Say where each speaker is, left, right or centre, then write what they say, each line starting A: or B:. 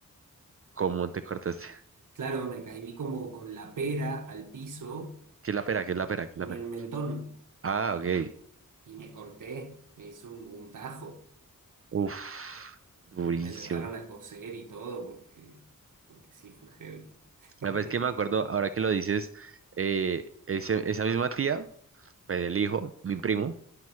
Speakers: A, on the right; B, on the right.
A: ¿cómo te cortaste?
B: Claro, me caí como con la pera al piso,
A: ¿Qué es la pera? ¿Qué es la pera? ¿Qué es
B: con
A: la pera?
B: el mentón,
A: Ah, ok.
B: y me corté, me hizo un, un tajo.
A: Uf, durísimo.
B: Ahí me llevaron a coser y todo, porque, porque sí fue heavy. <laughs>
A: La vez que me acuerdo, ahora que lo dices, eh, ese- esa misma tía, pues el hijo, mi primo.